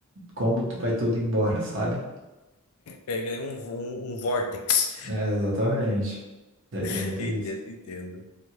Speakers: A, on the right; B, on the left.
A: como tu- vai tudo embora, sabe?
B: É que nem um, um, um vórtex.
A: É, exatamente. Daí
B: <laughs>
A: tem muito
B: Entendo,
A: disso.
B: entendo.